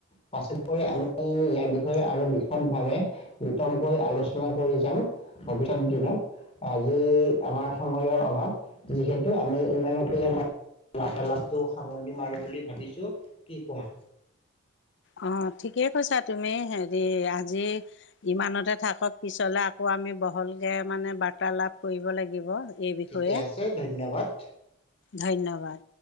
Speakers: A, on the left; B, on the left.
A: পাছত
B: উম
A: আমি ইয়াৰ বিষয় আৰু বিশদ ভাৱে বিতমকৈ আলোচনা কৰি যাম ভৱিষ্যত দিনত, আজি আমাৰ সময়ৰ অভাৱ যিহেতু আমি ইমানতে আমাৰ বাৰ্তালাপটো সামৰণি মাৰো বুলি ভাবিছো। কি কোৱা?
B: অ ঠিকেই কৈছা তুমি হেৰি আজি ইমানতে থাকক পিছলে আকৌ আমি বহলকে মানে বাৰ্তালাাপ কৰিব লাগিব। এই বিষয়ে
A: ঠিকে আছে ধন্যবাদ।
B: ধন্যবাদ।